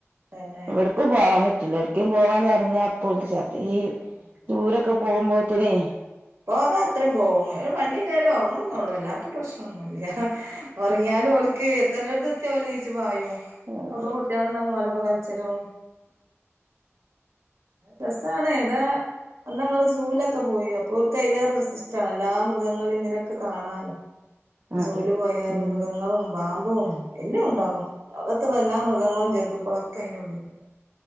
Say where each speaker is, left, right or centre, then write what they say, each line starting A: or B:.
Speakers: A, on the right; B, on the right.
A: പിന്നെ
B: എവിടക്കും പോവാൻ പറ്റ <unintelligible> പോവാന്ന് പററിഞ്ഞാ അപ്പോ ച ഈ
A: ആഹ്
B: ദൂരൊക്കെ പോകുമ്പോത്തനേ
A: പോകാം അത്രയും പോവും വണ്ടി കയറി ഉറങ്ങന്നള്ളൂ എല്ലാത്തും പ്രശ്നം ഒന്നുമല്ല ഉറങ്ങിയാലും ഓലക്ക് എത്തന്റെ അടുത്ത് എത്തിയാ ഓല നീച്ച പായോ
B: അതെ
A: ഒപ്പൊ കുട്ടികൾന്നാ പോലപ്പോ കളിച്ചലും രസണ ഇടാ അന്ന് ങ്ങള് സൂലൊക്കെ പോയി തൽ കയിലേറെ രസ ഇഷ്ടമാണ് എല്ലാ മൃഗങ്ങളും ഇതിനൊക്കെ കാണാലോ
B: അതെ
A: ജോലി പോയാല്
B: ഉം
A: മൃഗങ്ങളും പാമ്പും എല്ലാം ഉണ്ടാവും ലകത്ത് എല്ലാ മൃഗങ്ങളും ജന്തുക്കളൊക്കെ അതിറെ ഉള്ളിലുണ്ട്